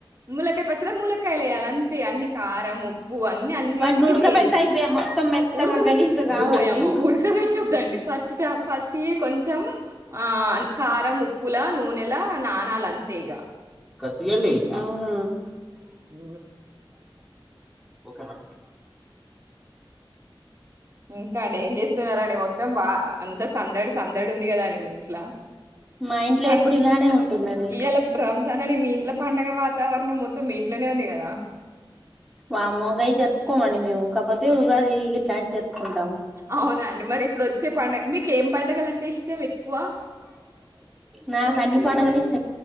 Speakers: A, on the right; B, in the centre.
A: ములకాయ పచ్చడి ములకాయ లేయాలి అంతే అన్ని కారం ఉప్పు అన్ని అన్నిటికి
B: వాటిని ఉడకబెడితే
A: సేము
B: అయిపోయా మొత్తం మెత్తగా
A: ఉడక పెట్టడం
B: గలీజ్గా కావా
A: ఓయమ్మ
B: అండి
A: ఉడకబెట్టద్దండి పచ్చిట పచ్చి కొంచెం ఆ కారం ఉప్పులా నూనెలా నాణాల అంతే ఇక
B: తీయండి అవున
A: ఉ
B: ఓకేనా
A: ఇంకా అండి ఏం చేస్తున్నారడి మొత్తం వా అంత సందడి సందడి ఉంది కదండి మీ ఇంట్ల.
B: మా ఇంట్లో
A: పన్
B: ఎప్పుడు ఇలానే ఉంటుందండి
A: ఇయాల రంజాన్ అని మీ ఇంట్ల పండగ వాతావరణం మొత్తం మీ ఇంట్లనే ఉంది కదా!
B: వామ్మోగాయ జరుపుకోమండి మేము కాకపోతే ఉగాది ఇట్లాంటివి జరుపుకుంటాం
A: అవునండి మరి ఇప్పుడు వచ్చే పండగ మీకేం పండగలంటే ఇష్టం ఎక్కువ?
B: నాకాన్ని పండగల లీ